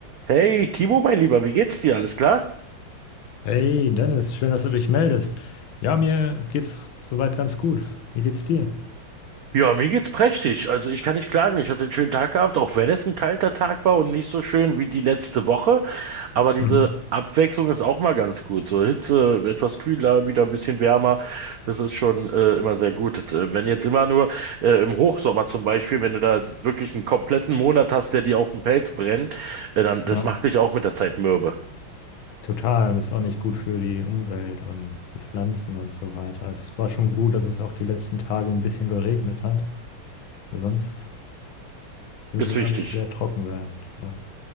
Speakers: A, on the right; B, on the left.
A: Hey, Timo, mein Lieber, wie geht's dir? Alles klar?
B: Hey Dennis, schön, dass du dich meldest. Ja, mir geht's soweit ganz gut. Wie geht's dir?
A: Ja, mir geht's prächtig. Also ich kann nicht klagen. Ich hatte einen schönen Tag gehabt, auch wenn es ein kalter Tag war und nicht so schön wie die letzte Woche. Aber diese
B: Mhm.
A: Abwechslung ist auch mal ganz gut. So Hitze, etwas kühler, wieder ein bisschen wärmer. Das ist schon äh, immer sehr gut. Das, äh, Wenn jetzt immer nur äh, im Hochsommer zum Beispiel, wenn du da wirklich einen kompletten Monat hast, der dir auf den Pelz brennt, äh, dann das
B: Ja,
A: macht dich auch mit der Zeit mürbe.
B: total. Und ist auch nicht gut für die Umwelt und die Pflanzen und so weiter. Es war schon gut, dass es auch die letzten Tage ein bisschen geregnet hat. weil Sonst würde
A: Ist wichtig.
B: alles sehr trocken werden. Ja.